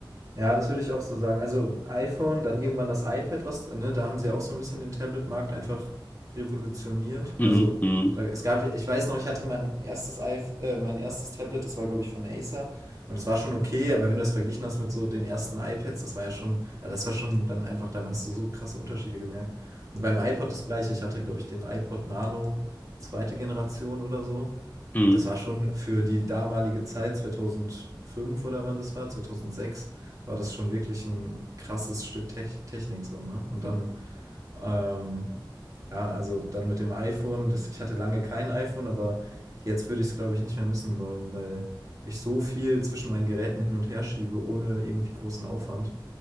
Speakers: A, on the right (about 40°); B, on the left (about 20°).
A: Ja, das würde ich auch so sagen. Also iPhone, dann irgendwann das iPad, was, ne, da haben sie ja auch so ein bisschen den Tablet-Markt einfach revolutioniert.
B: Mhm,
A: Also,
B: mhm,
A: da, es gab, ich weiß noch, ich hatte mein erstes iPh äh, mein erstes Tablet, das war, glaube ich, von Acer. Und das war schon okay, aber wenn du das verglichen hast mit so den ersten iPads, das war ja schon, also das war schon dann einfach, da hast du so krasse Unterschiede gemerkt. Und beim iPod das gleiche, ich hatte, glaube ich, den iPod Nano zweite Generation oder so
B: mhm.
A: das war schon für die damalige Zeit, 2005 oder wann das war, 2006, war das schon wirklich ein krasses Stück Tech Technik so, ne? Und dann, ähm, ja, also dann mit dem iPhone, das, ich hatte lange kein iPhone, aber jetzt würde ich es, glaube ich, nicht mehr missen wollen, weil ich so viel zwischen meinen Geräten hin und her schiebe, ohne irgendwie großen Aufwand.